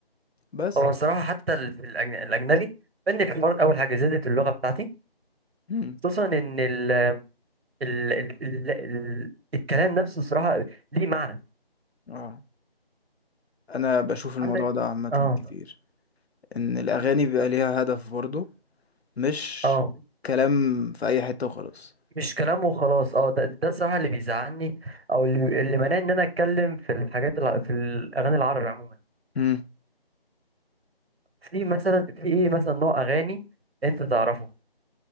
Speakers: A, on the left; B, on the right.
A: بس
B: هو الصراحة حتى ال- في الأجن... الاجنبي فني في الحوار اول حاجة زادت اللغة بتاعتي
A: مم.
B: خصوصا ان ال... ال ال ال ال الكلام نفسه صراحة ليه معنى
A: اه انا بشوف الموضوع
B: عندك
A: ده عامة
B: اه
A: كتير ان الاغاني بيبقى ليها هدف برضه مش
B: اه
A: كلام في اي حتة وخلاص
B: مش كلام وخلاص اه ده ده صراحة اللي بيزعلني او اللي اللي مانعني ان انا اتكلم في الحاجات الع... في الاغاني العربي عموما
A: امم
B: في مثلا في ايه مثلا نوع اغاني انت تعرفه